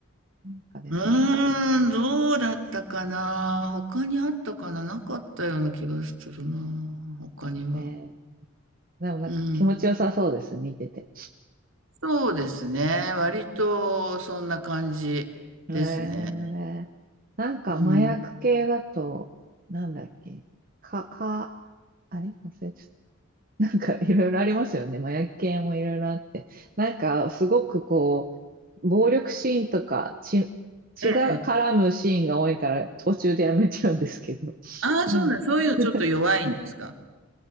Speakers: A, on the right; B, on the right.
A: なんかでも、
B: うーん、どうだったかな。他にあったかな。なかったような気がするな。他には。
A: えー、でもなんか気持ちよさそうです、
B: うん。
A: 見てて。
B: そうですね。割とそんな感じですね。
A: えー、なんか麻薬系だと、
B: うん。
A: なんだっけか、か、あれ忘れちゃった。なんかいろいろありますよね。麻薬系もいろいろあって。なんかすごくこう、暴力シーンとか血、血が絡むシーンが多いから途中でやめちゃうんですけど。
B: ええ。ああ、
A: 何
B: そうね。そういうのちょっと弱いんですか。
A: <laughs>